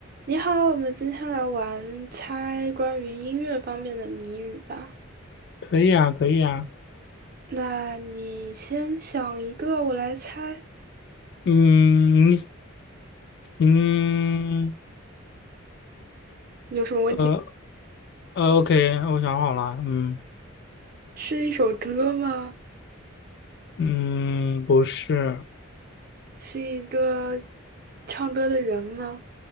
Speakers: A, on the right; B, on the left.
A: 你好，我们今天来玩猜关于音乐方面的谜语吧。
B: 可以啊，可以啊。
A: 那你先想一个，我来猜。
B: 嗯，你嗯
A: 你有什么问题？
B: 呃呃，OK，我想好了。嗯
A: 是一首歌吗？
B: 嗯，不是，
A: 是一个唱歌的人吗？